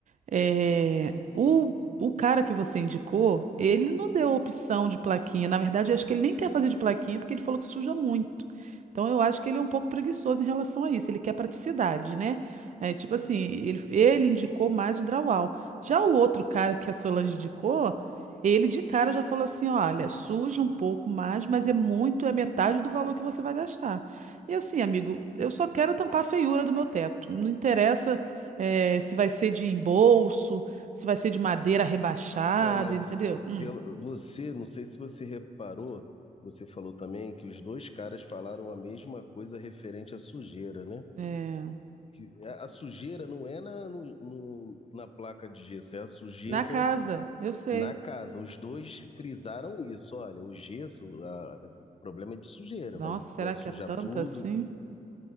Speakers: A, on the right; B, on the left.
A: É, o, o cara que você indicou, ele não deu opção de plaquinha. Na verdade, eu acho que ele nem quer fazer de plaquinha porque ele falou que suja muito. Então, eu acho que ele é um pouco preguiçoso em relação a isso. Ele quer praticidade, né? É, tipo assim, ele, ele indicou mais o drywall. Já o outro cara que a Solange indicou, ele de cara já falou assim: olha, suja um pouco mais, mas é muito, é metade do valor que você vai gastar. E assim, amigo, eu só quero tampar a feiura do meu teto. Não interessa é, se vai ser de embolso, se vai ser de madeira rebaixada,
B: É, mas
A: entendeu? Hum,
B: pelo, você, não sei se você reparou, você falou também que os dois caras falaram a mesma coisa referente à sujeira, né?
A: é,
B: Que a a sujeira não é na, no, no- na placa de gesso, é a sujeira
A: na casa, eu sei.
B: na casa. Os dois frisaram isso. Olha, o gesso, a, problema é de sujeira,
A: Nossa,
B: vai,
A: será
B: vai sujar
A: que é tanta
B: tudo.
A: assim?